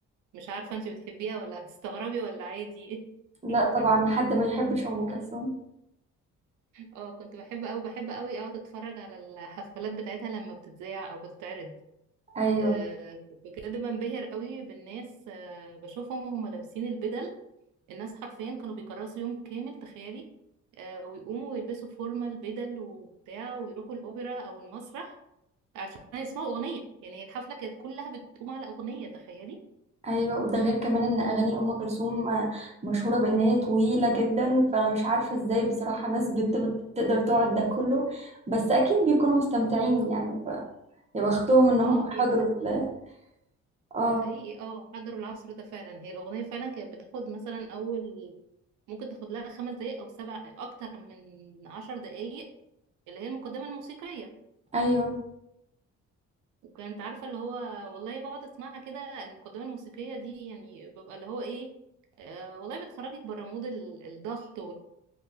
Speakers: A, on the right; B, on the right.
A: مش عارفه انت بتحبيها ولا هتستغربي ولا عادي
B: لا طبعا
A: <laughs>
B: حد ما يحبش ام كلثوم
A: اه كنت بحب قوي بحب قوي اقعد اتفرج على الحفلات بتاعتها لما بتتذاع او بتتعرض
B: ايوه
A: آه، بجد بنبهر قوي بالناس آه، بشوفهم وهم لابسين البدل الناس حرفيا كانوا بيكرسوا يوم كامل تخيلي آه، ويقوموا ويلبسوا فورمال بدل وبتاع ويروحوا الاوبرا او المسرح عشان يسمعوا اغنيه يعني الحفله كانت كلها بتقوم على اغنيه تخيلي
B: ايوه وده غير كمان ان اغاني ام كلثوم آه، مشهوره بان هي طويله جدا فانا مش عارفه ازاي بصراحه ناس بت- بتقدر تقعد ده كله بس اكيد بيكونوا مستمتعين يعني فيا بختهم ان هم
A: اه
B: حضروا
A: هي كانت
B: ال- اه
A: ده حقيقي اه حضروا العصر ده فعلا هي الاغنيه فعلا كانت بتاخد مثلا اول ممكن تاخد لها خمس دقايق او سبع اكتر من عشر دقايق اللي هي المقدمه الموسيقيه
B: ايوه
A: وكانت عارفه اللي هو والله بقعد اسمعها كده المقدمه الموسيقيه دي يعني ببقى اللي هو ايه آه والله بتخرجك بره مود ال- الضغط